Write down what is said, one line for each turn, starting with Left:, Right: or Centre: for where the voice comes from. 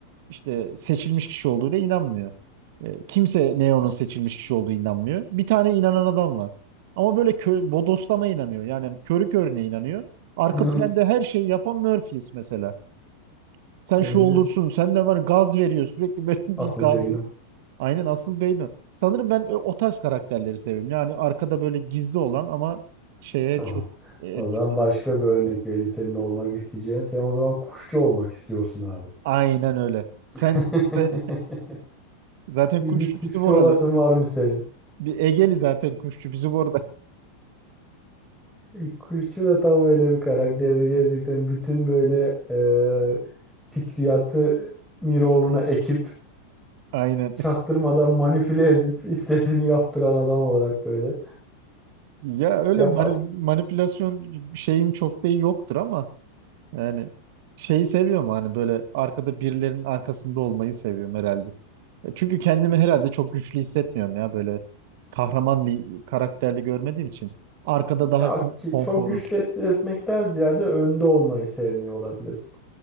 Right: İşte seçilmiş kişi olduğuna inanmıyor. E, kimse Neo'nun seçilmiş kişi olduğuna inanmıyor. Bir tane inanan adam var. Ama böyle kö bodoslama inanıyor. Yani körü körüne inanıyor. Arka
Centre: <laughs>
Right: planda her şeyi yapan Murphy's mesela. Sen
Centre: Öyle.
Right: şu olursun, sen de var gaz veriyor sürekli böyle <laughs> bir
Centre: Asıl
Right: gaz.
Centre: beyin o.
Right: Aynen asıl beyni. Sanırım ben o o tarz karakterleri seviyorum. Yani arkada böyle gizli olan ama şeye
Centre: Tamam.
Right: çok e, etkisi
Centre: O zaman başka
Right: olan.
Centre: bir örnek vereyim senin olmak isteyeceğin. Sen o zaman kuşçu olmak istiyorsun abi.
Right: Aynen öyle. Sen
Centre: <laughs>
Right: <laughs> sen- zaten
Centre: Bir
Right: kuşçu
Centre: bir kuşçu
Right: bizim oralı.
Centre: olasın var mı senin?
Right: Bir Egeli zaten kuşçu bizim orada.
Centre: E, Kuşçu da tam öyle bir karakterdi gerçekten. Bütün böyle e, fikriyatı Miroğlu'na ekip
Right: <laughs> Aynen.
Centre: çaktırmadan manipüle edip <laughs> istediğini yaptıran adam olarak böyle.
Right: Ya öyle
Centre: Ya,
Right: mani-
Centre: fa-
Right: manipülasyon şeyim çok da yoktur ama yani şeyi seviyorum hani böyle arkada birilerinin arkasında olmayı seviyorum herhalde. E, Çünkü kendimi herhalde çok güçlü hissetmiyorum ya böyle kahraman bir karakterli görmediğim için. Arkada daha
Centre: ya
Right: ko-
Centre: ki
Right: konforlu.
Centre: çok güçlü etmekten ziyade önde olmayı sevmiyor olabilirsin.